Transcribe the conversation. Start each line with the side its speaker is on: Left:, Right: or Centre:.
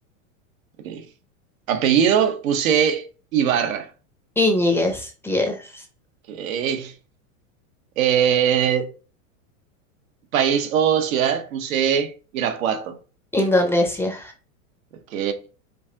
Right: ok. Apellido puse Ibarra.
Centre: Iñiguez, 10.
Right: Ok. Eh, país o ciudad puse Irapuato.
Centre: Indonesia.
Right: Ok.